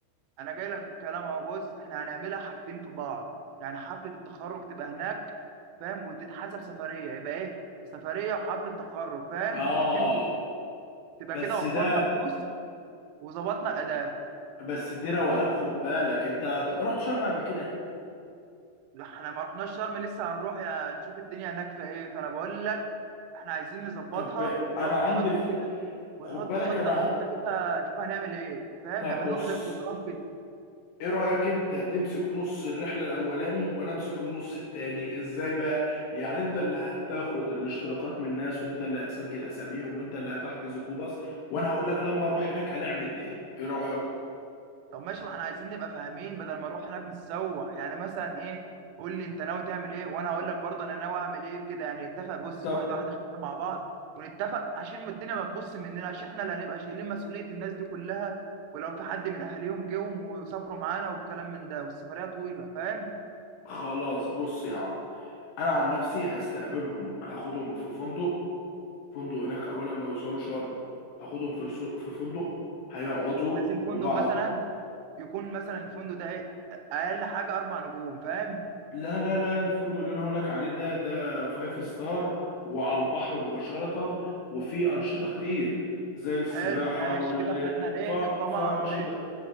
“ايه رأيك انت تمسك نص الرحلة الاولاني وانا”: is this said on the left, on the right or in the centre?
Left